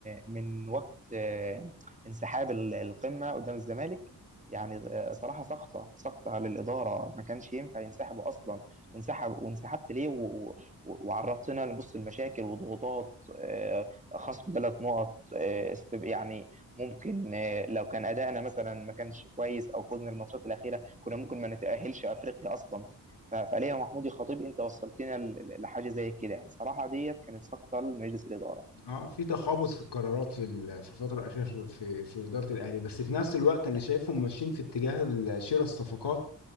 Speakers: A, on the right (about 20°); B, on the left (about 80°).
A: من وقت آه، انسحاب ال- القمة قدام الزمالك يعني آه، صراحة سقطة سقطة للإدارة ما كانش ينفع ينسحبوا أصلا وانسحب وانسحبت ليه و- و- وعرضتنا لبص المشاكل وضغوطات آه، خصم ثلاث نقط آه، استب- يعني ممكن آه، لو كان أدائنا مثلا ما كانش كويس أو فزنا الماتشات الأخيرة كنا ممكن ما نتأهلش أفريقيا أصلا ف- فليلى محمود يا خطيب انت وصلتنا ل- ل- لحاجه زي كده يعني صراحه ديت كانت سقطه لمجلس الاداره
B: اه في تخابط في القرارات في ال- في الفتره الاخيره في في في اداره الاهلي بس في نفس الوقت انا شايفهم ماشيين في اتجاه ال- شراء الصفقات